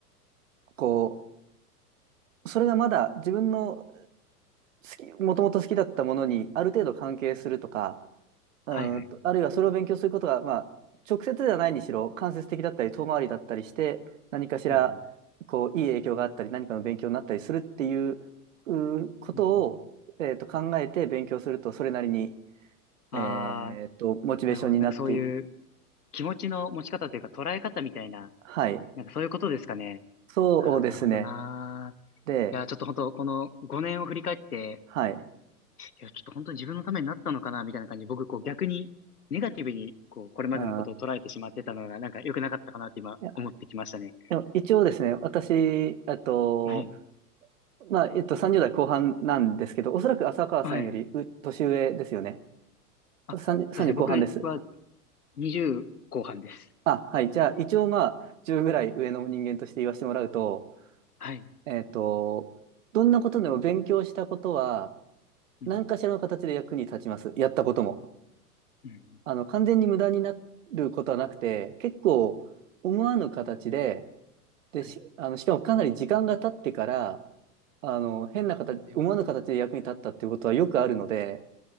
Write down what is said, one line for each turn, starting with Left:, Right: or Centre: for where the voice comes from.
Right: こう、それがまだ自分の好き、もともと好きだったものにある程度関係するとか、うーんと、
Left: はいはい。
Right: あるいはそれを勉強することが、まあ、直接ではないにしろ、間接的だったり、遠回りだったりして、何かしら、
Left: うんう
Right: こう、いい影響があったり、何かの勉強になったりするっていう、うーことを、
Left: ん。うんうん。
Right: えーと、考えて勉強すると、それなりに、
Left: ああ、
Right: えーと、モチベーションになって、
Left: なるほど。なんかそういう気持ちの持ち方というか捉え方みたいな、
Right: はい。
Left: なんかそういうことですかね。
Right: そうですね。
Left: ああ、なるほどなー。
Right: で、
Left: いやー、ちょっと本当この5年を振り返って、
Right: はい。
Left: いや、ちょっと本当に自分のためになったのかな、みたいな感じで、僕、こう逆に、ネガティブに、こう、これまでのことを捉えてしまってたのが、
Right: うん
Left: なんか良くなかったかなって今、
Right: いや、
Left: 思ってきましたね。
Right: でも一応ですね、私、えっと、
Left: はい。
Right: まあ、えっと、30代後半なんですけど、おそらく浅川さんよりう年上ですよね。
Left: はい。あ、そうですね。
Right: 30、3後半です。
Left: 僕は20後半です。
Right: あ、はい。じゃあ、一応まあ、10ぐらい上の人間として言わせてもらうと、
Left: はい。
Right: えっと、どんなことでも勉強したことは、
Left: うんうんうん。
Right: 何かしらの形で役に立ちます。やったことも。
Left: うんうん。
Right: あの、完全に無駄になることはなくて、結構思わぬ形で、で、
Left: はい。
Right: し、あの、しかもかなり時間が経ってから、あの、変な形、
Left: うんうん。
Right: 思わぬ形で役に立ったっていうことはよくあるので、